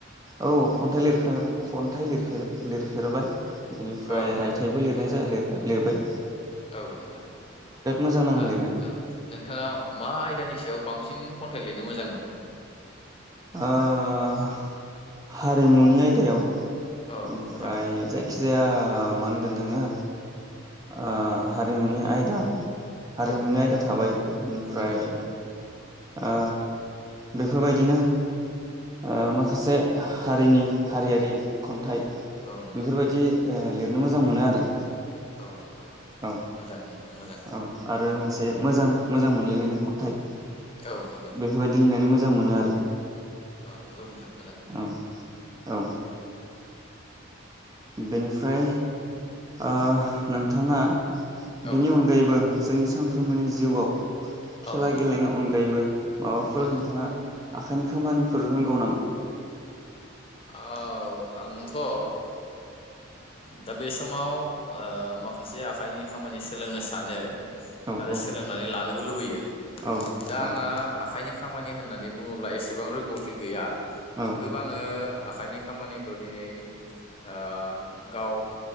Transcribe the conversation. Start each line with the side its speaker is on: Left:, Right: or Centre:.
Right: औ खन्थाइ लिरफ्ले खन्थाइ लिरफेर-लिरफेरबाय। बिनिफ्राय
Left: औ
Right: रायथाइबो
Left: औ मोजां
Right: लिरनाय जा लिरबाय-लिरबाय।
Left: औ मोजां
Right: मोजां नाङो
Left: दा
Right: लिरनो
Left: औ नोंथाङा मा आयदानि सायाव बांसिन खन थाय लिरनो मोजां मोनो?
Right: ओह हारिमुनि आयदायाव ‌।
Left: औ
Right: ओमफ्राय
Left: औ मोजां
Right: जायखि जाया ओ मानगोन जोङो ओ हारिमुनि आयदा हारिमुनि
Left: औ
Right: आयदा थाबाय ओमफ्राय
Left: नंगौ
Right: आ बेफोरबायदिनो ओ माखासे हारिनि हारियारि खन्थाइ
Left: औ नंगौ
Right: बेफोरबायदि ओ लिरनो मोजां मोनो आरो।
Left: औ नंगौ
Right: औ
Left: मोजां नोंथां मोजां
Right: औ आरो मोनसे मोजां-मोजां मोनलायनायनि खन्थाइ।
Left: औ नंगौ
Right: बेफोरबायदि लिरनानै मोज जां मोनो आरो ‌।
Left: अ नंगौ नोंथां ‌।
Right: औ औ। बेनिफ्राय ओह नोंथाङा
Left: औ
Right: बेनि अनगायैबो जों सानफ्रोमबोनि जिउआव
Left: औ
Right: खेला
Left: नंगौ
Right: गेलेनाय अनगायैबो माबाफोर
Left: औ
Right: नोंथाङा आखाइनि खामानिफोर रोंगौ नामा?
Left: औ आंथ' ओ दा बे समाव ओ माखासे आखाइनि खामानि सोलोंनो सानो।
Right: औ
Left: आरो
Right: औ
Left: सोलोंनानै लानोबो लुबैयो
Right: औ
Left: दा आङो आखाइनि ख खामानि होननानै बुङोब्ला एसेबां रोंगौथि गैया।
Right: औ
Left: खोब आङो आखाइनि खामानिखौ दिनै ओ गाव